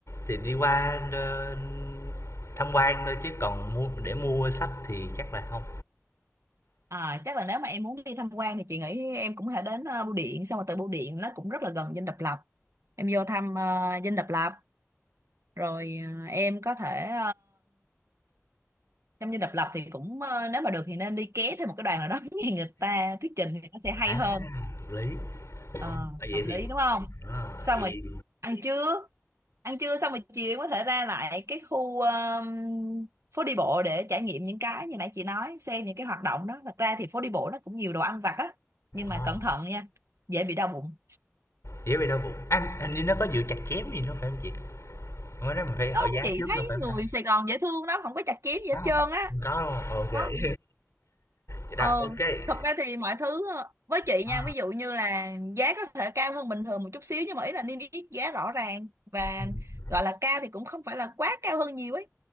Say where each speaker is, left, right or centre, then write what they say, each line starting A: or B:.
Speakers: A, on the left (about 75°); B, on the right (about 75°).
A: thì đi qua, ơ, tham quan thôi chứ còn mua để mua sách thì chắc là không.
B: à, chắc là nếu mà em muốn đi tham quan thì chị nghĩ em cũng có thể đến ờ, bưu điện xong rồi từ bưu điện nó cũng rất là gần Dinh Độc Lập em vô thăm ờ, Dinh Độc Lập rồi ờ, em có thể trong như độc lập thì cũng ờ, nếu mà được thì nên đi ké thêm một cái đoàn nào đó <laughs> nghe người ta thuyết trình thì nó sẽ hay
A: À,
B: hơn
A: hợp lý.
B: Ờ,
A: Ồ, vậy
B: hợp lý
A: thì
B: đúng không
A: à,
B: xong
A: vậy
B: rồi ăn trưa ăn trưa xong rồi chiều có thể ra lại cái khu ờ, phố đi bộ để trải nghiệm những cái như nãy chị nói xem những cái hoạt động đó thật ra thì phố đi bộ nó cũng nhiều đồ ăn vặt á nhưng mà
A: Ờ,
B: cẩn thận nha dễ bị đau bụng
A: dĩa về đau bụng. Anh anh như nó có dự chặt chém gì nữa phải không chị? Mới đó mình phải hỏi
B: đúng không
A: giá
B: chị
A: trước
B: thấy
A: nữa phải không
B: người
A: ta?
B: Sài Gòn dễ thương lắm không có chặt chém gì
A: Có
B: hết trơn
A: không Hông
B: á
A: có, đúng hông? Ô
B: Không
A: <laughs> Vậy
B: Ờ,
A: rồi, ok
B: thật ra thì mọi thứ ờ, với chị
A: Ờ,
B: nha, ví dụ như là giá có thể cao hơn bình thường một chút xíu nhưng mà ý là niêm yết giá rõ ràng và
A: ừm,
B: gọi là cao thì cũng không phải là quá cao hơn nhiều ấy.